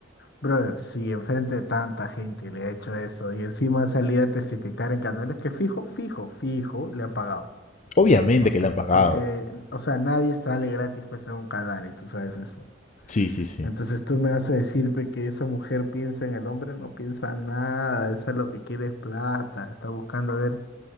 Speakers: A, on the left; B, on the left.
A: brother, si enfrente de tanta gente le ha hecho eso y encima salí a testificar en canales que fijo, fijo, fijo, le han pagado.
B: Obviamente
A: Porque,
B: que le han pagado.
A: porque, o sea, nadie sale gratis pues en un canal y tú sabes eso.
B: Sí, sí, sí.
A: Entonces tú me vas a decir pe, que esa mujer piensa en el hombre, no piensa nada, esa lo que quiere es plata, está buscando a ver,